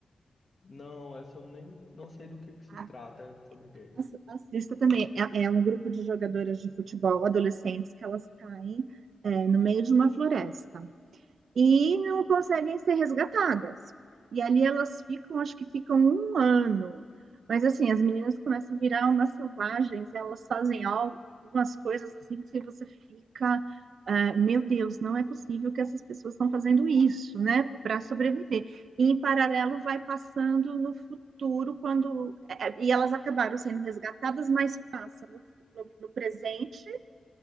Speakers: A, on the left; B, on the right.
A: Não, essa eu nem, não sei do que que se
B: Ah,
A: trata, sobre o quê.
B: ass- Assista também. É, é um grupo de jogadoras de futebol adolescentes que elas caem, é, no meio de uma floresta. e não conseguem ser resgatadas. E ali elas ficam, acho que ficam um ano. Mas assim, as meninas começam a virar umas selvagens, elas fazem algumas coisas assim que você fica, ah, meu Deus, não é possível que essas pessoas estão fazendo isso, né, para sobreviver. E em paralelo vai passando no futuro, quando. é, é, E elas acabaram sendo resgatadas, mas passa no, no, no presente